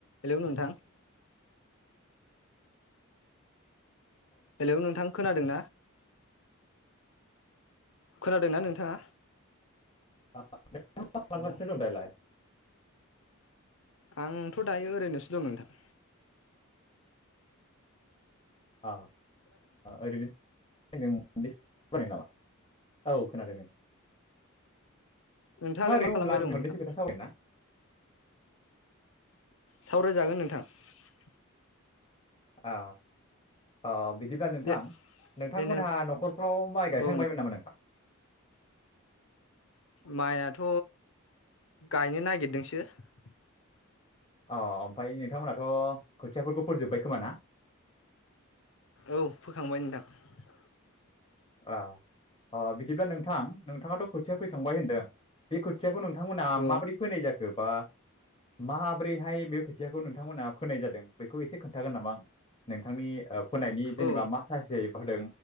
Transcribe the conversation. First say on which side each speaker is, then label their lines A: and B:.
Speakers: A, on the left; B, on the left.
A: हेल' नोंथां। हेलौ नोंथां खोनादों ना? खोनादोंना नोंथाङा?
B: औ <unintelligible>
A: औ आंथ' दायो ओरैनोसो दं नोंथां ।
B: अ ओरैनो नामा? औ नोंथाङा ओरैनो
A: नोंथाङालाय मा
B: दङोब्ला
A: खालामबाय
B: आं
A: दं
B: मोननैसो
A: नोंथां
B: खोथा सावरायनो ना?
A: सावरायजागोन नोंथां ।
B: औ आ बिदि बिदिब्ला नोंथां
A: दे
B: नोंथांमोनहा
A: दे नों
B: न'खरफ्राव माइ गायखांबायमोन
A: औ
B: नामा नोंथां?
A: माइआथ' गायनो नागिरदोंसो ।
B: अ ओमफ्राय नोंथांमोनाथ' खोथियाफोरखौ फोजोब्बाय खोमा ना?
A: औ फोखांबाय नोंथां ।
B: ओ अ बिदिब्ला नोंथां नोंथाङाथ' खोथिया फैखांबाय होनदों बे खोथियाखौ नों नोंथांमोनहा
A: औ
B: माबोरै फोनाय जाखो बा मा माबोरैहाय बे खोथियाखौ नोंथांमोना फोनाय जादों बेखौ एसे खोन्थागोन नामा आंनो नोंथांनि ओ फोनायनि जेनेबा
A: औ
B: मा सासे होदों